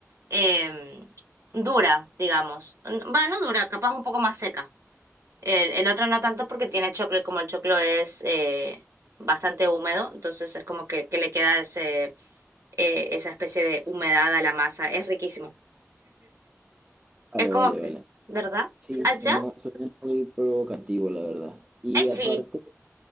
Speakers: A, on the right; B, on the right.
A: em, dura, digamos. N- Va, no dura, capaz un poco más seca. El, el otro no tanto porque tiene choclo y como el choclo es eh, bastante húmedo, entonces es como que, que le queda ese, eh, esa especie de humedad a la masa. Es riquísimo.
B: Vale,
A: Es como
B: vale,
A: que,
B: vale.
A: ¿verdad?
B: Sí,
A: Allá,
B: suena, suena muy provocativo, la verdad. Y
A: eh, sí.
B: aparte,